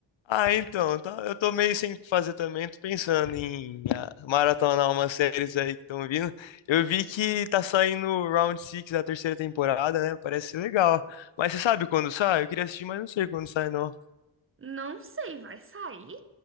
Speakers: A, on the left (about 70°); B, on the right (about 25°).
A: Ah, então, tá- eu tô meio sem o que fazer também, tô pensando em ah, maratonar umas séries aí que estão vindo. Eu vi que tá saindo o Round Six da terceira temporada, né? Parece ser legal. Mas você sabe quando sai? Eu queria assistir, mas não sei quando sai, não.
B: Não sei, vai sair?